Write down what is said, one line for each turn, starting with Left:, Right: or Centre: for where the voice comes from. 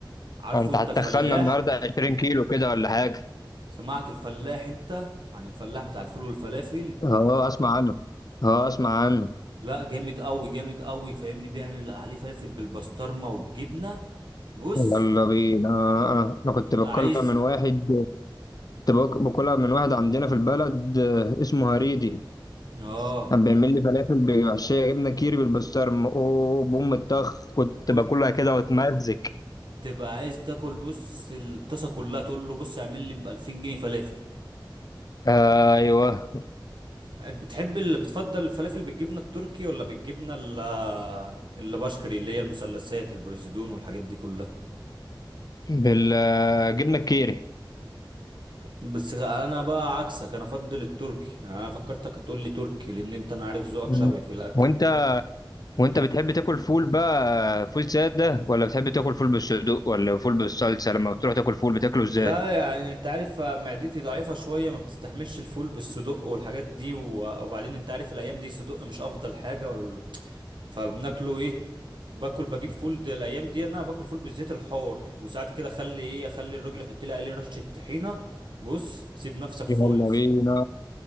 Right: عارفه
Left: انت
Right: انت
Left: هتخنا
Right: الفلاح
Left: النهارده 20 كيلو كده ولا حاجة
Right: سمعت الفلاح انت عن الفلاح بتاع الفول والفلافل
Left: اه اسمع عنه اه اسمع عنه
Right: لا جامد قوي جامد قوي فاهمني بيعمل عليه فلافل بالبسطرمه والجبنه بص
Left: يلا بينا آه، انا
Right: بتبقى
Left: كنت باكلها
Right: عايز
Left: من واحد كنت باك- باكلها من واحد عندنا في البلد آه، اسمه هريدي
Right: اه
Left: كان بيعمل لي فلافل بمحشيه جبنه كيري بالبسطرمه اوه بوم الطخ كنت
Right: بص
Left: باكلها كده واتمزج
Right: بتبقى عايز تاكل بص الطاسه كلها تقول له بص اعمل لي ب 2000 جنيه فلافل
Left: آه، ايوه
Right: بتحب اللي بتفضل الفلافل بالجبنه التركي ولا بالجبنه اللي, اللي بشكري اللي هي المثلثات البرزدون والحاجات دي كلها
Left: بالجبنه الكيري
Right: بس انا بقى عكسك انا افضل التركي انا فكرتك هتقول لي تركي لان انت انا عارف ذوقك
Left: مم.
Right: شبهي في الاكل
Left: وانت وانت بتحب تاكل فول بقى فول ساده ولا بتحب تاكل فول بالصدوق ولا فول بالصلصه لما بتروح تاكل فول بتاكله ازاي
Right: لا يعني انت عارف معدتي ضعيفة شوية ما بتستحملش الفول بالصدق والحاجات دي و- وبعدين انت عارف الايام دي صدق مش افضل حاجة وال... فبناكله ايه باكل بجيب فول دي الايام دي انا باكل فول بالزيت الحار وساعات كده اخلي ايه اخلي الراجل يحط لي عليه رشة طحينة بص سيب نفسك خالص
Left: يلا بينا